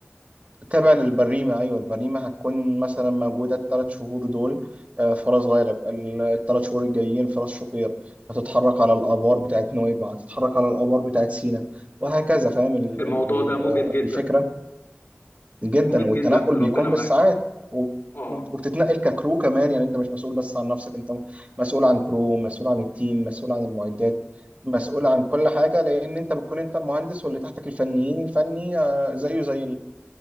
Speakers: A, on the right; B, on the left.
A: تابع للبريمة أيوة البريمة هتكون مثلا موجودة الثلاث شهور دول آه، فرس غارب الثلاث شهور الجايين فرس شقير هتتحرك على الآبار بتاعت نويبع هتتحرك على الآبار بتاعت سينا وهكذا فاهم ال-
B: الموضوع
A: ال-
B: ده مجهد
A: آه،
B: جدا
A: الفكرة جدا
B: مجهد
A: والتنقل
B: جدا ربنا
A: بيكون
B: معاك
A: بالساعات و-
B: اه
A: وبتتنقل ككرو كمان يعني أنت مش مسؤول بس عن نفسك أنت مسؤول عن كرو مسؤول عن التيم مسؤول عن المعدات مسؤول عن كل حاجة لأن أنت بتكون أنت المهندس واللي تحتك الفنيين الفني آه، زيه زي